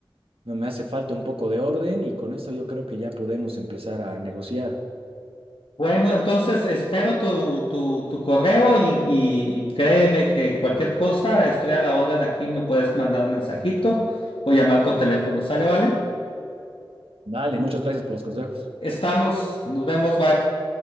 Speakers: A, on the right; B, on the left.
A: No me hace falta un poco de orden y con eso yo creo que ya podemos empezar a negociar.
B: Bueno, entonces espero tu, tu, tu correo y, y- y créeme que cualquier cosa, estoy a la orden aquí, me puedes mandar un mensajito o llamar por teléfono, ¿sale, vale?
A: Vale, muchas gracias por los consejos.
B: Estamos, nos vemos, bye.